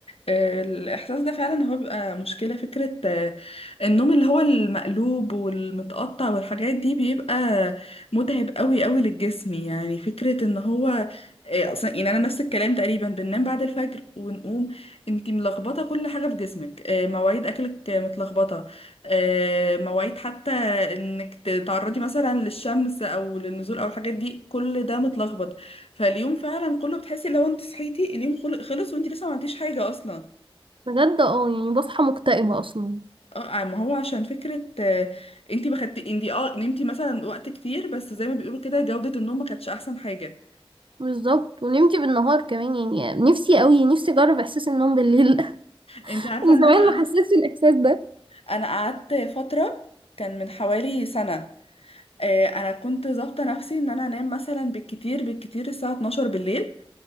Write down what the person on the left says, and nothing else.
آه، الاحساس ده فعلا هو بيبقى مشكله فكره آه، النوم اللي هو المقلوب والمتقطع والحاجات دي بيبقى متعب قوي قوي للجسم يعني فكره ان هو آه، اصلا يعني انا نفس الكلام تقريبا بننام بعد الفجر ونقوم انتي ملخبطه كل حاجه في جسمك آه، مواعيد اكلك آه، متلخبطه آه، مواعيد حتى انك تتعرضي مثلا للشمس او للنزول او الحاجات دي كل ده متلخبط فاليوم فعلا كله بتحسي لو انت صحيتي اليوم خل- خلص وانت لسه ما عملتيش حاجه اصلا
اه آه، ما هو عشان فكره آه، انت ما خدتي انت اه نمتي مثلا وقت كتير بس زي ما بيقولوا كده جوده النوم ما كانتش احسن حاجه
انت عارفه
ان
انا قعدت
انا قعدت فتره كان من حوالي سنه آه، انا كنت ظابطه نفسي ان انا انام مثلا بالكتير بالكتير الساعه 12 بالليل